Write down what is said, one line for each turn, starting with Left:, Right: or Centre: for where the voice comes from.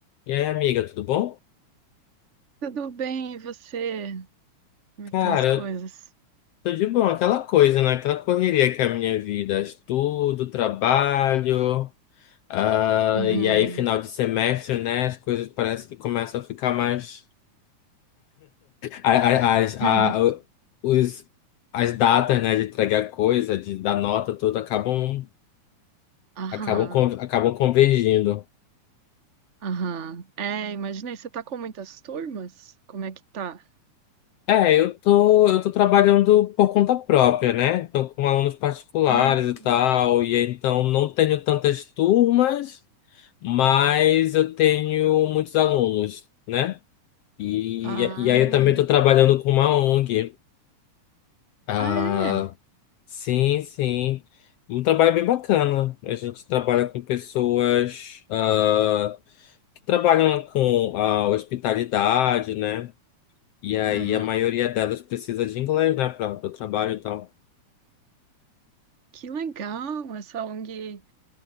Left: E aí, amiga, tudo bom?
Right: Tudo bem, e você? Como
Left: Cara,
Right: é que estão as coisas?
Left: eu tô de bom, aquela coisa, né? Aquela correria que é a minha vida, estudo, trabalho, ah,
Right: Uhum.
Left: e aí final de semestre, né? As coisas parecem que começam a ficar mais... a- a-
Right: <laughs>
Left: As, a- o- os, as datas, né, de entregar coisa, de dar nota, tudo, acabam,
Right: Aham,
Left: acabam, con- acabam convergindo.
Right: aham. É, imaginei, você tá com muitas turmas? Como é que tá?
Left: É, eu tô, eu tô trabalhando por conta própria, né? Então, com alunos particulares
Right: Hum,
Left: e tal, e então não tenho tantas turmas, mas eu tenho muitos alunos, né? E,
Right: ah,
Left: e aí eu também estou trabalhando com uma ONG. Ah,
Right: ah, é?
Left: sim, sim. Um trabalho bem bacana. A gente trabalha com pessoas ah, que trabalham com a hospitalidade, né? E aí
Right: Aham.
Left: a maioria delas precisa de inglês, né, para o trabalho e tal.
Right: Que legal, essa ONG,